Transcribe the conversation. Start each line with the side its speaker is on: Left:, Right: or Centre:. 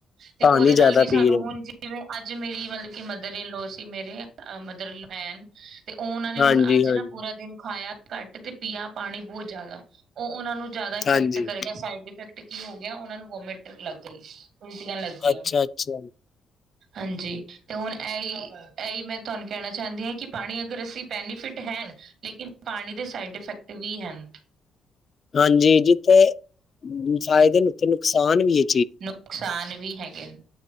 Right: ਤੇ
Left: ਪਾਣੀ
Right: ਓਦੇ
Left: ਜ਼ਿਆਦਾ
Right: ਨਾਲ ਵੀ ਸਾਨੂੰ
Left: ਪੀ ਰਹੇ ਨੇ।
Right: ਹੁਨ ਜਿਵੇਂ ਅੱਜ ਮੇਰੀ ਮਤਲਬ ਕਿ ਮਦਰ ਇਨ ਲੋ ਸੀ ਮੇਰੇ ਮਦਰ ਇਨ ਲੋ ਆਏ ਨ ਤੇ ਓ ਓਨਾਂ ਨੇ ਹੁਨ
Left: ਹਾਂਜੀ,
Right: ਅੱਜ
Left: ਹਾਂਜੀ,
Right: ਨਾ ਪੂਰਾ ਦਿਨ ਖਾਯਾ ਘੱਟ ਤੇ ਪੀਆ ਪਾਣੀ ਬੋਤ ਜਾਦਾ। ਓ ਓਨਾਂ ਨੂੰ ਜਾਦਾ ਇਫੈਕਟ
Left: ਹਾਂਜੀ।
Right: ਕਰ ਗਯਾ, ਸਾਈਡ ਇਫੈਕਟ ਕੀ ਹੋ ਗਯਾ ਓਨਾਂ ਨੂੰ ਵੋਮਿਟ ਲੱਗ ਗਈ। ਉਲਟੀਆਂ ਲੱਗੀਆਂ
Left: ਅੱਛਾ, ਅੱਛਾ
Right: ਹਾਂਜੀ ਤੇ ਹੁਣ ਐਈ ਐਈ ਮੈਂ ਤੁਆਨੂੰ ਕੈਣਾ ਚਾਂਦੀ ਆਂ ਕਿ ਪਾਣੀ ਅਗਰ ਅਸੀਂ ਬੈਨੀਫਿਟ ਹੈਨ ਲੇਕਿਨ ਪਾਣੀ ਦੇ ਸਾਈਡ ਇਫੈਕਟ ਵੀ ਹੈਨ।
Left: ਹਾਂਜੀ ਜਿੱਥੇ ਫਾਇਦੇ ਨ ਓਥੇ ਨੁਕਸਾਨ ਵੀ ਏ।
Right: ਨੁਕਸਾਨ ਵੀ ਹੈਗੇ ਨ